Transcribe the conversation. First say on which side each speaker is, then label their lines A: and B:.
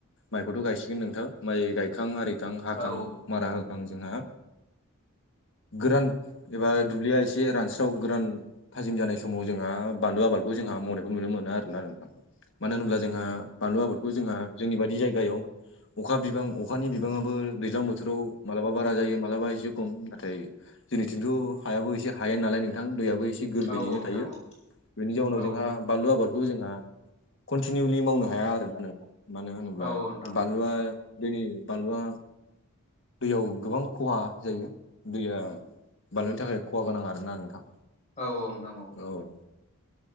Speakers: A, on the left (about 60°); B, on the left (about 35°).
A: माइखौथ' गायसिगोन नोंथां माइ गायखां आरिखां हाखां
B: औ
A: मारा होखां जोंहा गोरान एबा दुब्लिया एसे रानस्राव गोरान थाजिम जानाय समाव जोंहा बानलु आबादखौ जोंहा मावनायखौ नुनो मोना आरोना नोंथां। मानो होनोब्ला जोंहा बानलु आबादखौ जोंहा जोंनि बादि जायगायाव अखा बिबां अखानि बिबाङाबबो दैज्लां बो थोराव मालाबा बारा जायो मालाबा एसे खम नाथाय जोंनिथिंथ' हायाबो एसे हायेन नालाय नोंथां दैयाबो एसे गोरलैयैनो
B: औ औ नोंथां
A: थायो
B: औ
A: बेनि जाउनाव
B: औ
A: जोंहा बानलु आबादखौ जोंहा कन्टिनिउलि मावनो हाया आरो आरोना नोंथां मानो होनोब्ला
B: औ नोंथां औ
A: बा दैनि बानलुवा दैयाव गोबां खहा जायो दैया बानलुनि थाखाय खहा गोनां आरोना नोंथां।
B: औ औ नोंथां औ।
A: औ।